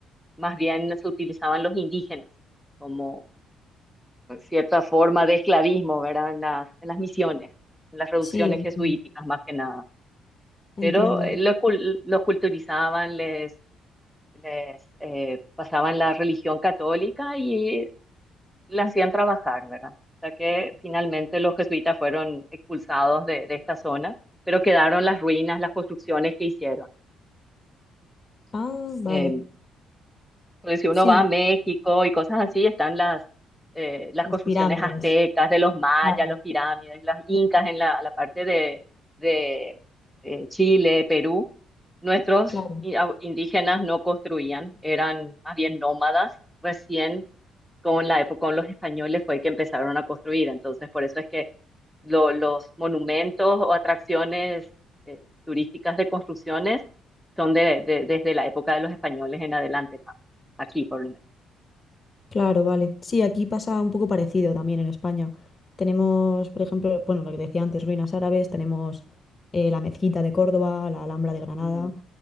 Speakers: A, in the centre; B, on the left (about 35°).
A: más bien se utilizaban los indígenas como cierta forma de esclavismo, ¿verdad? En las, en las misiones, en las reducciones
B: Sí, entiendo.
A: jesuíticas más que nada.
B: entiendo,
A: Pero
B: entiendo.
A: eh, los, cul- los culturizaban, les, les eh, pasaban la religión católica y la hacían trabajar, ¿verdad? O sea que finalmente los jesuitas fueron expulsados de, de esta zona, pero quedaron las ruinas, las construcciones que hicieron.
B: Ah, vale.
A: Eh, Pues si uno
B: Sí,
A: va a México y cosas así, están las, eh, las
B: las
A: construcciones
B: pirámides.
A: aztecas, de los mayas,
B: Claro,
A: los pirámides, las incas en la, la parte de, de, eh, Chile, Perú. Nuestros
B: claro,
A: i- au- indígenas no construían, eran más bien nómadas. Recién con la época, con los españoles fue que empezaron a construir. Entonces, por eso es que lo- los monumentos o atracciones eh, turísticas de construcciones son de, de- desde la época de los españoles en adelante, ¿no? aquí por lo menos.
B: claro, vale. Sí, aquí pasa un poco parecido también en España. Tenemos, por ejemplo, bueno, lo que decía antes, ruinas árabes, tenemos eh, la Mezquita de Córdoba, la Alhambra de Granada,
A: Ujú.